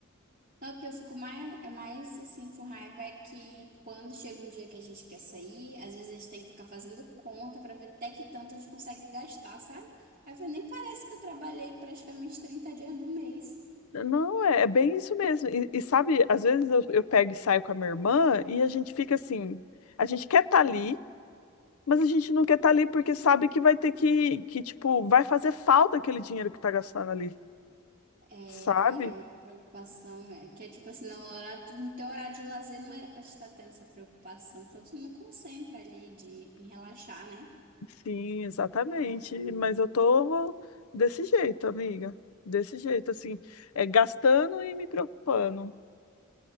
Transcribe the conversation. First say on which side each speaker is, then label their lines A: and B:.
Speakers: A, on the right (about 40°); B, on the left (about 80°).
A: Não, o que eu fico mais, é mais assim com raiva é que quando chega um dia que a gente quer sair, às vezes a gente tem que ficar fazendo conta pra ver até que tanto a gente consegue gastar, sabe? Aí eu falei, nem parece que eu trabalhei praticamente trinta dias do mês.
B: Não, é, é bem isso mesmo. E, e sabe, às vezes eu, eu pego e saio com a minha irmã e a gente fica assim, a gente quer estar ali. Mas a gente não quer estar ali porque sabe que vai ter que, que, tipo, vai fazer falta aquele dinheiro que tá gastando ali,
A: É,
B: sabe?
A: cara, preocupação é que é tipo assim, não, no horário, no teu horário de lazer não era pra te estar tendo essa preocupação, porque tu não concentra ali de, em relaxar, né?
B: Sim, exatamente.
A: Ah,
B: Mas eu tô desse jeito, amiga. Desse jeito, assim, é, gastando e me preocupando.